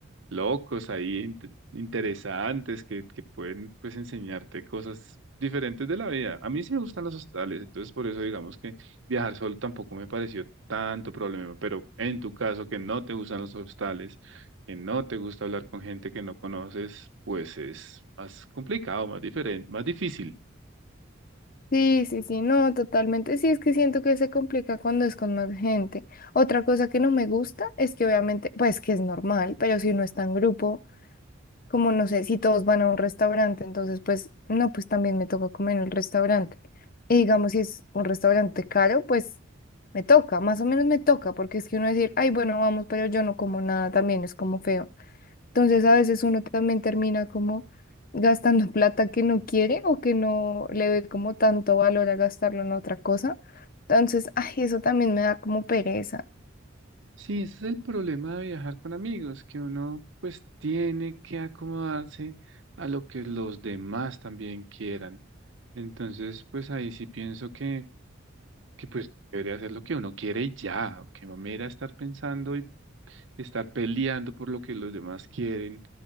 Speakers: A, on the right (about 65°); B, on the left (about 45°).
A: locos ahí, int- interesantes, que, que pueden pues enseñarte cosas diferentes de la vida. A mí sí me gustan los hostales, entonces por eso digamos que viajar solo tampoco me pareció tanto problema, pero en tu caso que no te gustan los hostales, que no te gusta hablar con gente que no conoces, pues es más complicado, más diferente, más difícil.
B: Sí, sí, sí, no, totalmente. Sí, es que siento que se complica cuando es con más gente. Otra cosa que no me gusta es que obviamente, pues que es normal, pero si uno está en grupo. como no sé, si todos van a un restaurante, entonces pues no, pues también me toca comer en el restaurante. Y digamos, si es un restaurante caro, pues me toca, más o menos me toca, porque es que uno decir, ay, bueno, vamos, pero yo no como nada, también es como feo. Entonces a veces uno también termina como gastando <laughs> plata que no quiere o que no le ve como tanto valor a gastarlo en otra cosa. Entonces, ay, eso también me da como pereza.
A: Sí, ese es el problema de viajar con amigos, que uno pues tiene que acomodarse a lo que los demás también quieran. Entonces, pues ahí sí pienso que, que pues debería hacer lo que uno quiere y ya, que mamera estar pensando y estar peleando por lo que los demás quieren.